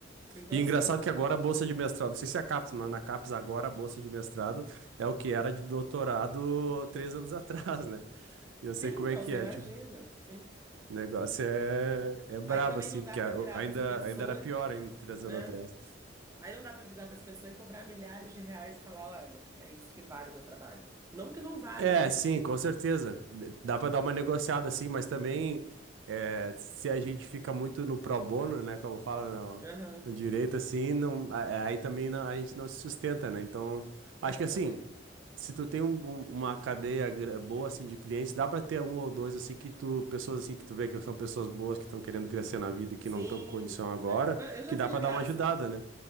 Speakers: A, on the right (about 15°); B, on the right (about 85°).
A: Então,
B: E
A: assim,
B: engraçado que agora a bolsa de mestrado, não sei se é a CAPES, mas na CAPES agora a bolsa de mestrado é o que era de doutorado três anos <laughs> atrás, né? Eu
A: sim,
B: sei como
A: então,
B: é que
A: você
B: é,
A: imagina,
B: tipo,
A: sim.
B: o negócio é, é brabo,
A: Aí também
B: assim,
A: não
B: porque
A: dá para
B: a-
A: virar
B: o- ainda,
A: para essa pessoa,
B: ainda era pior
A: e-
B: ainda três
A: né?
B: anos atrás.
A: Aí não dá para virar para essa pessoa e cobrar milhares de reais e falar, olha, é isso que vale o meu trabalho. Não que não valha,
B: É,
A: mas
B: sim, com certeza. D- Dá pra dar uma negociada, assim, mas também é, se a gente fica muito no pro bono, né, como fala no,
A: Aham,
B: no direito, assim, não, a- aí também não- a gente não se sustenta, né? Então,
A: exatamente.
B: acho que assim. Se tu tem um- um- uma cadeia gra- boa assim de clientes, dá pra ter um ou dois assim que tu, pessoas assim que tu vê que são pessoas boas que estão querendo crescer na vida e que
A: Sim,
B: não estão com condição agora,
A: né? Não, eu já
B: que
A: fiz
B: dá pra
A: de graça.
B: dar uma ajudada, né?